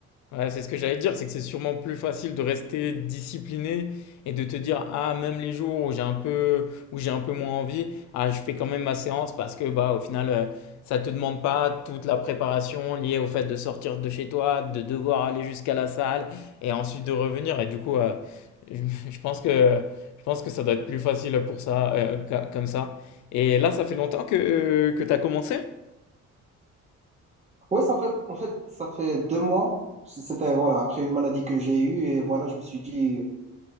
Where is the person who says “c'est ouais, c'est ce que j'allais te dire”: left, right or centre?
Left